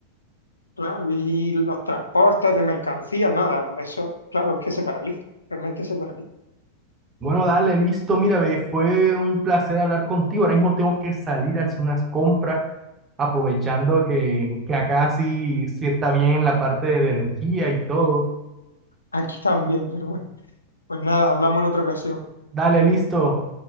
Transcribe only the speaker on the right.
Bueno, dale, listo. Mira, ve, fue un placer hablar contigo. Ahora mismo tengo que salir a hacer unas compras, aprovechando que, que acá sí, sí está bien la parte de energía y todo.
Dale, listo.